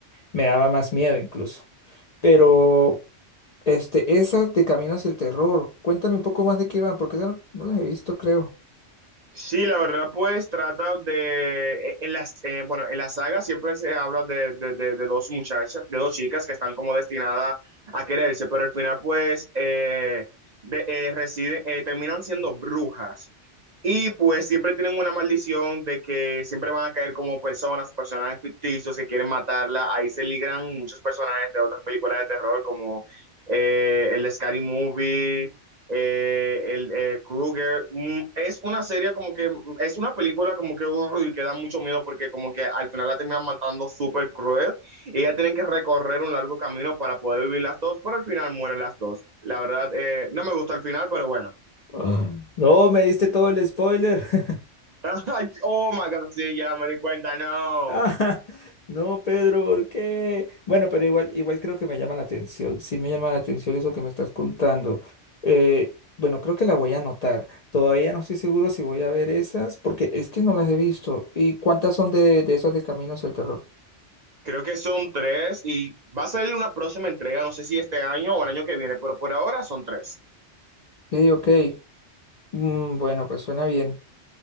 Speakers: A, on the left (about 50°); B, on the right (about 45°).
A: me daba más miedo incluso, pero este, esas de Caminos del Terror, cuéntame un poco más de qué van, porque esas no, no las he visto, creo.
B: Sí, la verdad, pues trata de, e- en las, eh, bueno, en la saga siempre se habla de, de, de, de dos muchachas, de dos chicas que están como destinadas a quererse, pero al final pues eh, de, eh, residen, eh, terminan siendo brujas. Y pues siempre tienen una maldición de que siempre van a caer como personas, personajes ficticios que quieren matarla. Ahí se ligran muchos personajes de otras películas de terror como eh, el de Scary Movie, eh, el eh, Krueger. Mm, Es una serie como que, mm, es una película como que, uy, que da mucho miedo porque como que al final la terminan matando súper cruel y ya tienen que recorrer un largo camino para poder vivir las dos, pero al final mueren las dos. La verdad, eh, no me gustó el final, pero bueno.
A: Ah. No, me diste todo el spoiler. <laughs>
B: <laughs> Ay, Oh my God, sí, ya me di cuenta, no.
A: Ah, no, Pedro, ¿por qué? Bueno, pero igual, igual creo que me llama la atención. Sí me llama la atención eso que me estás contando. Eh, bueno, creo que la voy a anotar. Todavía no estoy seguro si voy a ver esas, porque es que no las he visto. ¿Y cuántas son de, de esas de Camino hacia el Terror?
B: Creo que son tres y va a salir una próxima entrega, no sé si este año o el año que viene, pero por ahora son tres.
A: Sí, ok. Mm, bueno, pues suena bien.